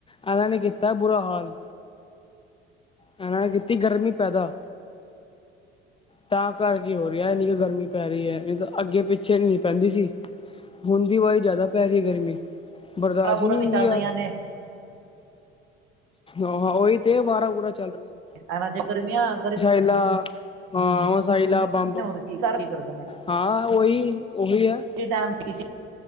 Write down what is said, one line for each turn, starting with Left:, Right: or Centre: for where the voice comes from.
Left: ਇਹਨਾਂ ਨੀ ਕੀਤਾ ਬੁਰਾ ਹਾਲ। ਇਹਨਾਂ ਨੇ ਕੀਤੀ ਗਰਮੀ ਪੈਦਾ ਤਾਂ ਘਰ ਕੀ ਹੋ ਰਿਹਾ ਇੰਨੀ ਕਿ ਗਰਮੀ ਪੈ ਰਹੀ ਹੈ ਨਹੀਂ ਤਾਂ ਅੱਗੇ ਪਿੱਛੇ ਨ ਪੈਂਦੀ ਸੀ ਹੁੰਣ ਦੀ ਵਾਰੀ ਜ਼ਿਆਦਾ ਪੈ ਰਹੀ ਹੈ, ਗਰਮੀ ਬਰਦਾਸ਼ਤ
Right: ਸਾਰਾ ਪੂਰਾ
Left: ਹੀ ਨਹੀਂ
Right: ਵੀ
Left: ਹੁੰਦੀ
Right: ਚੱਲ
Left: ਯਾਰ
Right: ਰਹੀਆਂ ਨੇ
Left: ਆਹੋ ਉਹੀ ਤੇ ਬਾਰਾਂ ਬੂਰਾ ਚੱਲ ਰਹੀਆਂ।
Right: ਕਨਾ ਚ ਗਰਮੀ ਆ ਗਰਮੀ
Left: ਇਲਾ ਅ ਹਸ ਇਲਾ, ਬੰਬ
Right: ਨੇ ਹੋਰ ਕੀ ਕਰ ਕੀ ਕਰਦੇ
Left: ਹਾਂ ਉਹੀ-ਉਹੀ ਹੈ।
Right: ਕਿਸ ਟਾਮ ਕਿ ਸੀਂ